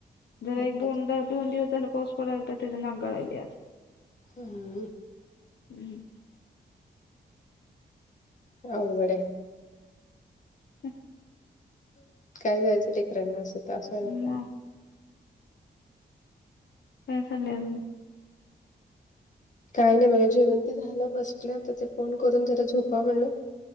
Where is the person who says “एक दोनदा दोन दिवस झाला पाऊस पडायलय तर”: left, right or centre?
Left